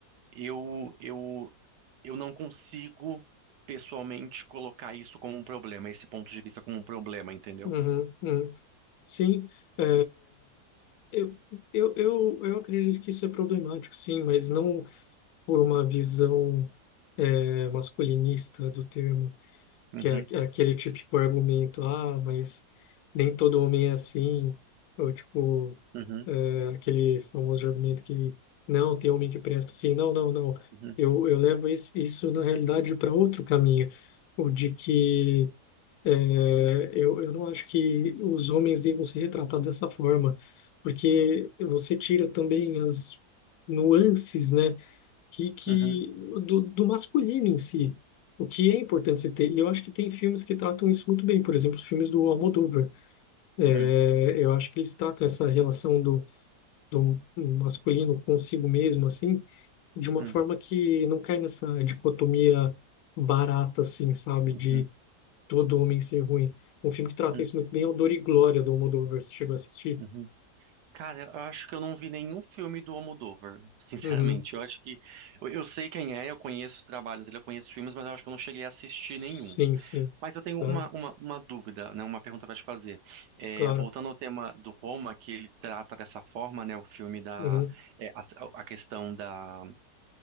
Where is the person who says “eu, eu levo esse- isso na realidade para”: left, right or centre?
Left